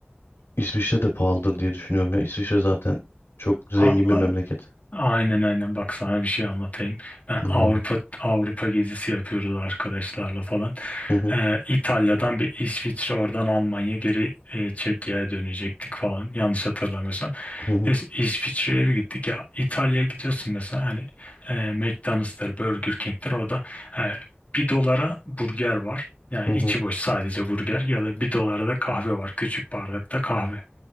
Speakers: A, on the left; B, on the left.
A: İsviçre de pahalıdır diye düşünüyorum. Ya İsviçre zaten çok zengin
B: Aa,
A: bir memleket.
B: Aynen aynen bak sana bir şey anlatayım. Ben
A: Buyur
B: Avrupa
A: abi.
B: Avrupa gezisi yapıyoruz arkadaşlarla falan.
A: Hı hı,
B: Ee, İtalya'dan bir İsviçre oradan Almanya geri e, Çekya'ya dönecektik falan yanlış hatırlamıyorsam.
A: hı hı,
B: Neyse İsviçre'ye bir gittik ya İtalya'ya gidiyorsun mesela hani e, McDonald's'tır Burger King'tir o da e, bir dolara burger var. Yani
A: hı hı,
B: içi boş sadece burger ya da bir dolara da kahve var küçük bardakta kahve.